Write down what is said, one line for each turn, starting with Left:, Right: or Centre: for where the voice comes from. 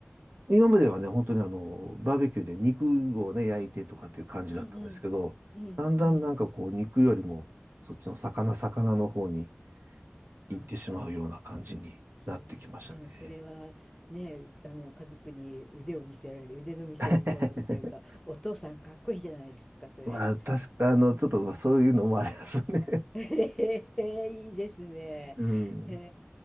Right: 今まではね、本当にあの、バーベキューで肉をね、焼いてとかっていう感じだったんですけど、
Centre: うんうん。うんうん。
Right: だんだんなんかこう、肉よりも、そっちの魚、魚の方に
Centre: はい。
Right: 行ってしまうような感じになってきましたね。
Centre: いやー、でもそれはね、あの、家族に腕を見せられる、腕の見せ所っていうか、
Right: <laughs>
Centre: お父さんかっこいいじゃないですか、それ。
Right: まあ、確か、あの、ちょっと、まあ、そういうのもありますね。
Centre: ええいいですね。
Right: うん。
Centre: へ